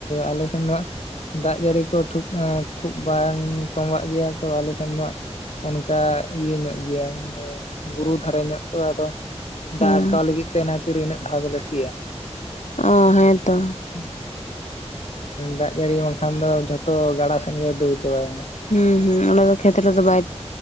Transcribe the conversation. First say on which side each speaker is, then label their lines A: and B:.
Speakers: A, on the left; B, on the left.
A: ᱟᱞᱮ ᱥᱮᱱ ᱫᱚ ᱱᱟᱜ ᱫᱟᱜ ᱡᱟᱹᱲᱤ ᱠᱚ ᱠᱷᱩᱵ ᱵᱟᱝ ᱛᱚᱸᱵᱟᱜ ᱜᱮᱭᱟ ᱛᱚ ᱟᱞᱮ ᱥᱮᱱ ᱫᱚ᱾ ᱚᱱᱠᱟ ᱤᱭᱟᱹ ᱧᱚᱜ ᱜᱮᱭᱟ ᱵᱩᱨᱩ ᱫᱷᱟᱨᱮ ᱧᱚᱜ ᱛᱚ ᱟᱫᱚ ᱫᱟᱜ
B: ᱦᱮᱸ
A: ᱟᱴᱠᱟᱣ ᱞᱟᱹᱜᱤᱫ ᱛᱮ ᱚᱱᱟᱠᱷᱟᱛᱤᱨ ᱤᱱᱟᱹᱜ ᱫᱷᱟᱣ ᱜᱮᱞᱮ ᱥᱤᱭᱟ᱾
B: ᱚ ᱦᱮᱸ ᱛᱚ᱾
A: <inaudible> ᱫᱟᱜ ᱡᱟᱹᱲᱤ ᱵᱟᱝᱠᱷᱟᱱ ᱫᱚ ᱡᱷᱚᱛᱚ ᱜᱟᱰᱟ ᱥᱮᱫ ᱜᱮ ᱫᱟᱹᱲ ᱪᱟᱵᱟᱭᱟ ᱦᱟᱸᱜ᱾
B: ᱦᱩᱸ ᱦᱩᱸ ᱚᱱᱟ ᱫᱚ ᱠᱷᱮᱛ ᱨᱮᱫᱚ ᱵᱟᱭᱼᱼ